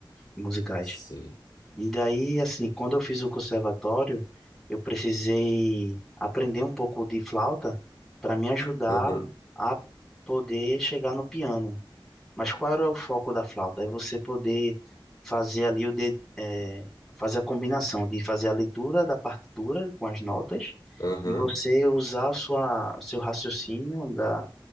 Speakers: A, in the centre; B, on the left.
A: Musicais.
B: sei.
A: E daí, assim, quando eu fiz o conservatório, eu precisei aprender um pouco de flauta para me ajudar
B: Aham,
A: a poder chegar no piano. Mas qual era o foco da flauta? É você poder fazer ali o de, é, fazer a combinação de fazer a leitura da partitura com as notas
B: aham,
A: e você usar a sua seu raciocínio da,